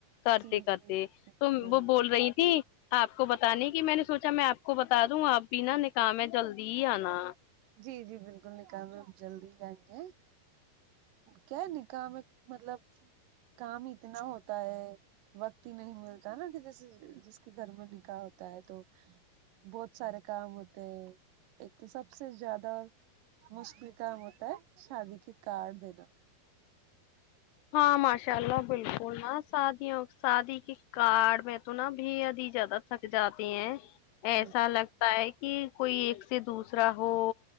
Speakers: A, on the left; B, on the right.
A: کرتے
B: جی
A: کرتے
B: جی بالکل
A: تو وہ بول رہی تھی آپ کو بتانے کی میں نے سوچا میں آپ کو بتا دوں آپ بھی نہ نکاح میں جلدی ہی آنا
B: جی جی بالکل نکاح میں ہم جلدی ہی آئیںگے کیا نکاح میں مطلب کام اتنا ہوتا ہے وقت ہی نہیں ملتا نہ کہ کسی جس کے گھر میں نکاح ہوتا ہے تو بہت سارے کام ہوتے ہیں ایک تو سب سب سے زیادہ مشکل کام ہوتا ہے شادی کے کارڈ دینا
A: ہاں ماشاء اللہ بالکل نہ شادیوں شادی کے کارڈ میں تو نا بے حد ہی زیادہ تھک جاتے ہیں
B: جی
A: ایسا لگتا ہے کی کوئی ایک سے دوسرا ہو